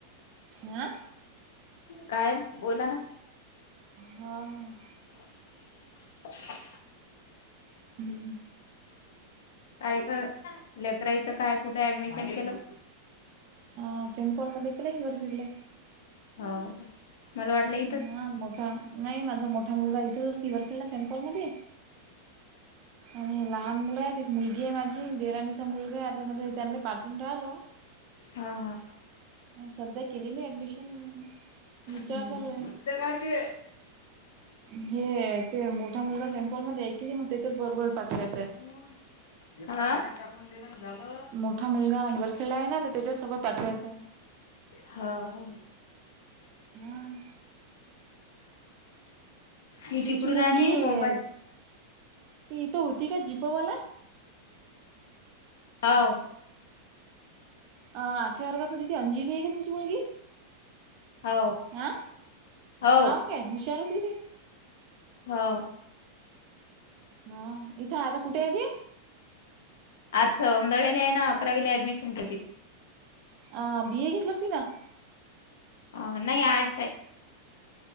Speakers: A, on the right (about 35°); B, on the left (about 75°).
A: आ
B: काय बोला ना.
A: हा हं हं.
B: <inaudible>
A: ना
B: काय क लेकराईचं काय कुठे ऍडमिशन केलं?
A: ह पिंपळमध्ये केल हिअर फिरले
B: हाव का? मला वाटलं इ
A: हा मोठा नाही माझा मोठा मुलगा इथेच असती वरखेडला सेमपल मध्ये. आणि लहान मुलय आहे ते मुलगी आहे माझी देराणीचा मुलगा आहे आता म्हणजे त्यांना पाठवून राहिलो.
B: हा हा.
A: सध्या केलीली मी ऍडमिशन. विचार
B: हम्म
A: चालू आहे
B: धुतले काय ते.
A: हे अ ते मोठा मुलगा सेम्पल मध्ये आहे की नाही मग त्याच्याच बरोबर पाठवायचंय.
B: हा.
A: मोठा मुलगा वरखेडला आहे ना तर त्याच्याचसोबत पाठवायच आहे.
B: हा हा.
A: हम्म.
B: मी
A: तुमची
B: तिकडून
A: मुलगी
B: आली मोबाईल
A: ती इथं होती का जिपवाला?
B: हावं.
A: अ आठवा वर्गाात होती ती अंजली आहे का तुमची मुलगी?
B: हाव
A: आ
B: हो
A: हाव काय हुशार होती कि ती
B: हाव.
A: हा इथं आता कुठे आहेे ती?
B: आज सौदळ्याला आहे ना अकरावीला ऍडमिशन करतील.
A: अ बी ए घेतलं तीनं.
B: आ नाही आर्टस् आहे.